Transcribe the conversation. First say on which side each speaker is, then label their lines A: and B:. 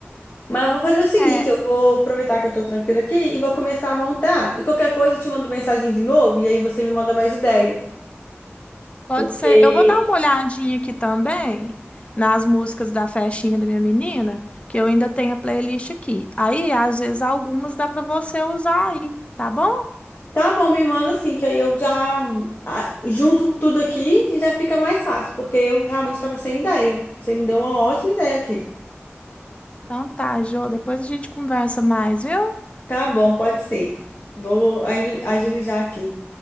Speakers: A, on the left; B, on the left.
A: Mas eu vou fazer o seguinte,
B: É,
A: eu vou aproveitar que eu tô tranquila aqui e vou começar a montar. E qualquer coisa eu te mando mensagem de novo e aí você me manda mais ideia.
B: pode
A: Porque
B: ser. Eu vou dar uma olhadinha aqui também nas músicas da festinha da minha menina, que eu ainda tenho a playlist aqui. Aí, às vezes, algumas dá para você usar aí, tá bom?
A: tá bom, me manda assim, que aí eu já ah, junto tudo aqui e já fica mais fácil, porque eu realmente tava sem ideia. Você me deu uma ótima ideia aqui.
B: Então tá, Jô, depois a gente conversa mais, viu?
A: Tá bom, pode ser. Vou agil- agilizar aqui.